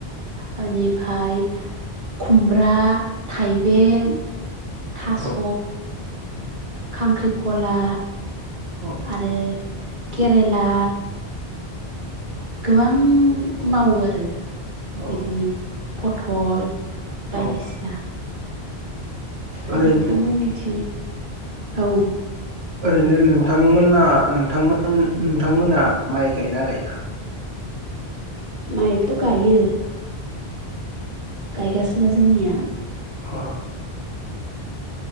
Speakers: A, on the right (about 50°); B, on the right (about 75°).
A: बेनिफ्राय खुमब्रा थाइबें थास'
B: औ
A: खांख्रिखला
B: औ
A: आरो केरेला गोबां मावो आरो
B: औ
A: बिदिनो पथल बायदिसिना
B: औ ओरै
A: नोंथांमोननिथि औ
B: ओरैनो नोंथांमोना नोंथ <unintelligible> नोंथांमोना माइ गायना गैया
A: माइथ' गायो गायगासिनो जोंनियाव
B: अ